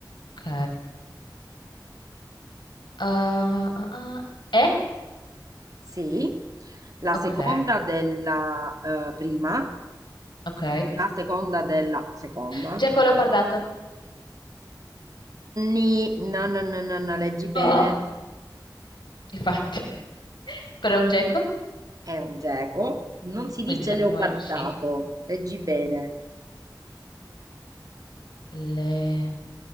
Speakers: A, on the left; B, on the right.
A: ok. Ah, ah, ah. E?
B: Sì, la
A: Ok,
B: seconda della eh, prima,
A: ok.
B: la seconda della seconda.
A: Geco leopardato.
B: Ni, no, no, no, no, no, leggi bene.
A: Oh, infatti. <laughs> Però è un geco,
B: è un geco, non si
A: quindi
B: dice
A: la
B: leopardato,
A: prima è C.
B: leggi bene.
A: Le-